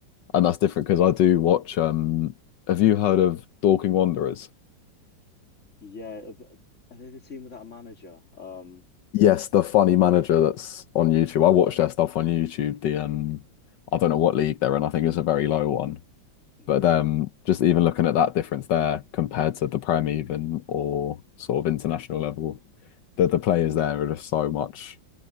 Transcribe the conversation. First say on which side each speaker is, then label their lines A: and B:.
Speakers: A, on the left; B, on the left.
A: and that's different because I do watch. Um, have you heard of Dorking Wanderers?
B: Yeah. Are th- are they the team without a manager? Um,
A: Yes, the funny manager that's on YouTube. I watch their stuff on YouTube. The um, I don't know what league they're in. I think it's a very low one.
B: yeah,
A: But um, just even looking at that difference there compared to the Prem even or sort of international level, the the players there are just so much